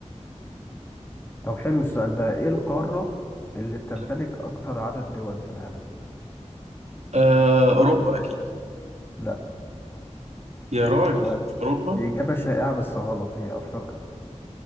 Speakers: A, on the left; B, on the right.
A: طب حلو السؤال ده إيه القارة اللي بتمتلك
B: لا
A: أكتر عدد دول في العالم؟
B: آه، أوروبا أكيد
A: لا
B: يا راجل
A: هو
B: مش أوروبا
A: دي إجابة شائعة بس غلط هي أفريقيا